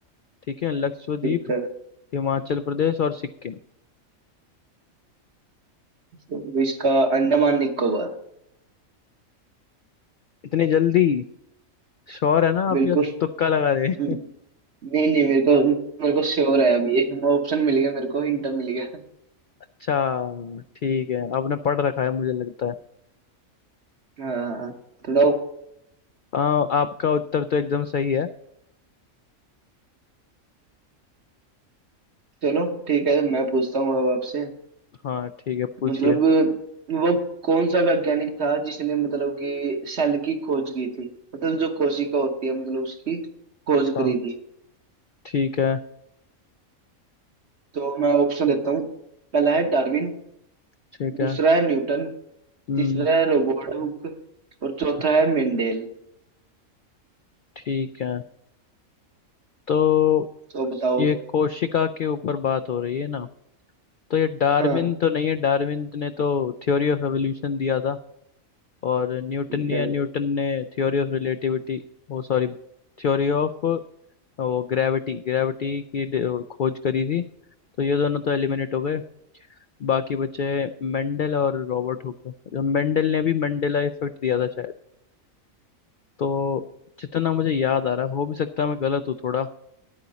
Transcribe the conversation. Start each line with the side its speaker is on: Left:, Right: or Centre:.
Left: ठीक है लक्षद्वीप
Right: ठीक है
Left: हिमाचल प्रदेश और सिक्किम
Right: तो इसका अंडमान निकोबार
Left: इतनी जल्दी श्योर है ना आप
Right: बिल्कुल
Left: ये तुक्का लगा रहे <laughs>
Right: नहीं
Left: हैं?
Right: नहीं मेरे को मेरे को श्योर है अब ये ऑप्शन मिल गया मेरे को हिंट मिल गया
Left: अच्छा ठीक है आपने पढ़ रखा है मुझे लगता है
Right: हाँ थोड़ा
Left: हाँ आपका उत्तर तो एकदम सही है
Right: चलो ठीक है मैं पूछता हूँ अब आपसे
Left: हाँ ठीक है पूछिए
Right: मतलब वो कौन सा वैज्ञानिक था जिसने मतलब कि सेल की खोज की थी मतलब जो कोशिका होती है मतलब उसकी खोज
Left: हाँ
Right: करी थी
Left: ठीक है
Right: तो मैं ऑप्शन देता हूँ पहला है डार्विन
Left: ठीक
Right: दूसरा
Left: है
Right: है न्यूटन
Left: हम्म
Right: तीसरा है रोबर्ट हुक और चौथा
Left: ठीक
Right: है मेंडेल
Left: ठीक है तो
Right: तो बताओ
Left: ये कोशिका के ऊपर बात हो रही है ना तो ये डार्विन
Right: हाँ
Left: तो नहीं है डार्विन ने तो थ्योरी ऑफ एवोल्यूशन दिया था और न्यूटन
Right: ठीक
Left: या
Right: है
Left: न्यूटन ने थ्योरी ऑफ रिलेटिविटी वो सॉरी थ्योरी ऑफ वो ग्रेविटी ग्रेविटी की ड- खोज करी थी तो ये दोनों तो एलिमिनेट हो गए बाकी बचे मेंडल और रॉबर्ट हुक मेंडल ने भी मंडेला इफेक्ट दिया था शायद तो जितना मुझे याद आ रहा है हो भी सकता है मैं गलत हूँ थोड़ा